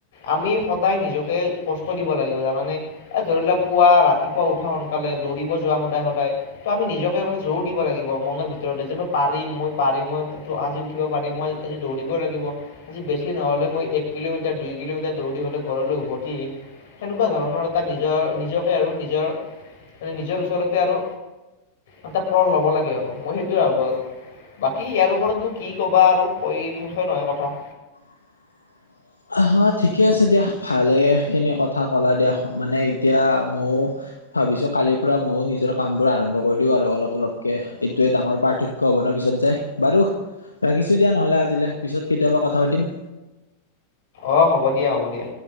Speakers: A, on the left; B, on the left.
A: আমি সদায় নিজকে কষ্ট দিব লাগিব জানানে এ ধৰি লোৱা পুৱা ৰাতিপুৱা উঠা সোনকালে দৌৰিব যোৱা সদায় সদায় ত আমি নিজকে মানে জোৰ দিব লাগিব মনৰ ভিতৰতে যে মই পাৰিম মই পাৰিম মই আজি উঠিব পাৰিম মই আজি দৌৰিব লাগিব আজি বেছি নহ'লে মই এক কিলোমিটাৰ দুই কিলোমিটাৰ দৌৰি হ'লে ঘৰলৈ উভতি আহিম। সেনেকুৱা ধৰণৰ এটা নিজৰ নিজকে আৰু নিজৰ নিজৰ ওচৰতে আৰু এটা প্ৰণ ল'ব লাগে আৰু মই সেইটোয়ে ভাবো আৰু বাকী ইয়াৰ ওপৰতনো কি ক'বা আৰু কৈ শেষে নহয় কথা।
B: <unintelligible> আহ ঠিকে আছে দিয়া ভালে খিনি কথা কলা দিয়া মানে এতিয়া ময়ো ভাবিছো কালিৰ পৰা ময়ো নিজৰ কামবোৰ আৰম্ভ কৰি দিও আৰু অলপ অলপকে এইটোয়ে ডাঙৰ পাৰ্থক্য হ'ব ন পিছত পিছত যাই বাৰু ৰাখিছো দিয়া নহলে আজিলে পিছত কেতিয়াবা কথা পাতিম।
A: অ হ'ব দিয়া হ'ব দিয়া।